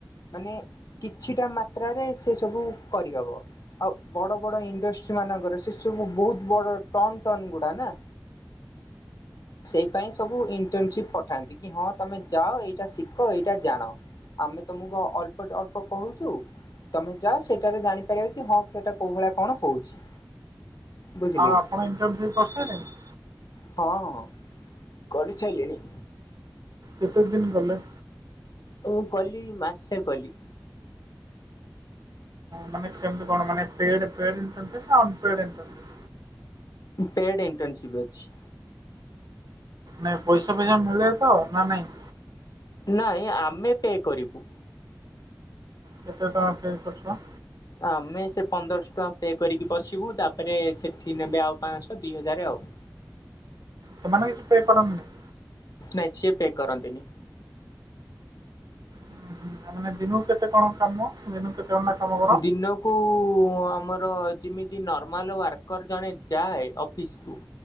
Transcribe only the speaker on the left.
ମାନେ କିଛିଟା ମାତ୍ରାରେ ସେ ସବୁ କରିହବ ଆଉ ବଡ଼-ବଡ଼ ଇଣ୍ଡଷ୍ଟ୍ରି ମାନଙ୍କରେ ସେସବୁ ବହୁତ ବଡ ଟନ୍-ଟନ୍ ଗୁଡା ନାଁ। ସେଇ ପାଇଁ ସବୁ ଇଣ୍ଟର୍ନସିପ୍ ପଠାନ୍ତି କି ହଁ ତମେ ଯାଅ ଏଇଟା ଶିଖ ଏଇଟା ଜାଣ। ଆମେ ତମକୁ ଅଳ୍ପ-ଅଳ୍ପ କହୁଛୁ। ତମେ ଯାଅ ସେଠାରେ ଜାଣିପାରିବ କି ହଁ ସେଇଟା କଣ କୋଉ ଭଳିଆ କଣ ହଉଛି। ବୁଝିଲେ
କି
ହଁ-ହଁ କରି ସାରିଲିଣି।
ମୁଁ କଲି ମାସେ କଲି।
Paid internship ଅଛି।
ନାଇଁ ଆମେ ପେ କରିବୁ।
ଆମେ ସେ ପନ୍ଦରଶହ ଟଙ୍କା ପେ କରିକି ବସିବୁ ତା ପରେ ସେଠି ନେବେ ଆଉ ପାଞ୍ଚଶହ ଦିହଜାର ଆଉ।
ନାଇଁ ସିଏ ପେ କରନ୍ତିିନି।
ଦିନ କୁ ଆମର ଯେମିତି ନର୍ମାଲ୍ ୱାର୍କର୍ ଜଣେ ଯାଏ ଅଫିସ୍ କୁୁ